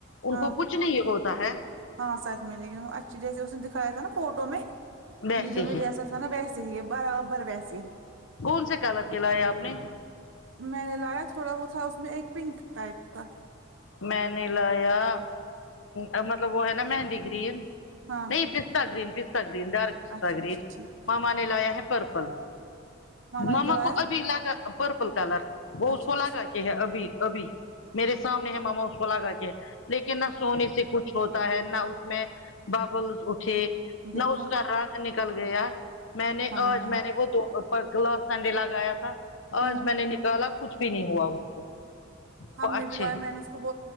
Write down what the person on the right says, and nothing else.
ہاں
ہاں سچ میں لیکن وہ اچھے جیسے اس نے دکھایا تھا نا فوٹو میں
ویڈیو میں
جیسا تھا <unintelligible> نا بیس ہی ہے برابر ویسے ہی
میں نے لایا تھوڑا وہ تھا اس میں ایک پنک ٹائپ کا
ہاں
اچھا
اچھا ٹھیک
نے کیا لایا
اچھا
اچھا
دیکھا
ہاں
ہوں
ہم
نے بھی لایا میں نے اس بب